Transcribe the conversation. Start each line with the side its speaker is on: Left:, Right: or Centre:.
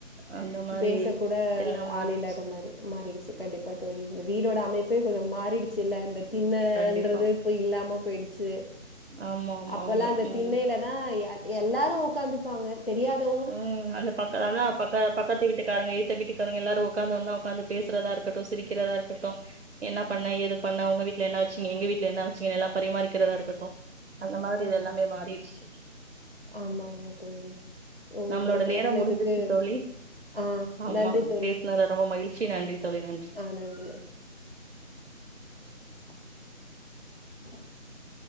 Right: அந்த மாரி
Left: பேச கூட
Right: எல்லாம் மாறிருச்சு.
Left: ஆள் இல்லாத மாரி மாறிடுச்சு கண்டிப்பா தோழி இந்த வீடோட அமைப்பே கொஞ்சம் மாறிடுச்சு இல்ல இந்த தின்னன்றது
Right: கண்டிப்பா.
Left: இப்ப இல்லாம போய்டிச்சு
Right: ஆமா, ஆமா,
Left: அப்பல்லாம்
Right: ஆமா.
Left: அந்த
Right: ம்.
Left: திண்ணையிலதான் எல்லாரும் உக்காந்துப் பாங்க தெரியாது
Right: உம் அந்த பக்க அதான் பக்க பக்கத்து வீட்டுக்காரங்க எய்த வீட்டுக்காரங்க எல்லாரும் உடக்காந்து ஒன்னா உட்காந்து பேசுறதா இருக்கட்டும் சிரிக்கிறதா இருக்கட்டும் என்ன பண்ண ஏது பண்ண உங்க விட் வீட்ல என்ன வச்சிங்க எங்கவீட்டுல என்ன வச்சிங்கன்ன எல்லாம் பரிமாறிக்கிறதா இருக்கட்டும் அந்த மாரி
Left: ஆமா.
Right: இது எல்லாமே மாறிச் <unintelligible>
Left: ஆமாங்க தோழி உங்க
Right: நம்மளோட
Left: கூட பேஸ்னதுக்கு
Right: நேரம் முடிஞ்சிருச்சு தோழி
Left: ஆஹ்
Right: ஆமா
Left: நன்றி தோலி
Right: பேசுனதுல ரொம்ப மகிழ்ச்சி நன்றி தோழி நன்றி
Left: ஆனா <inaudible> <unintelligible>